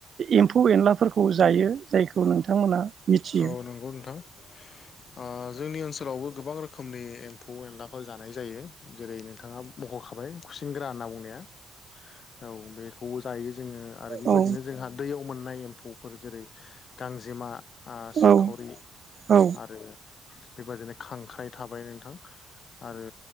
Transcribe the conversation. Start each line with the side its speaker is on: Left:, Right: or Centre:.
Right: एम्फौ एनलाफोरखौ जायो जायखौ नोंथांमोना मिथियो।
Left: औ नंगौ नोंथां। ओ जोंनि ओनसोलावबो गोबां रोखोमनि एम्फौ एनलाफोर जानाय जायो जेरै नोंथाङा मख''खाबाय खुसिंग्रा होनना बुंनाया औ बेखौबो जायो जोङो। आरो बेबायदिनो
Right: औ
Left: जोंहा दैयाव मोननाय एम्फौफोर जेरै गांजेमा। आ सिंखावरि
Right: औ औ
Left: आरो बेबादिनो खांख्राइ थाबाय नोंथां आरो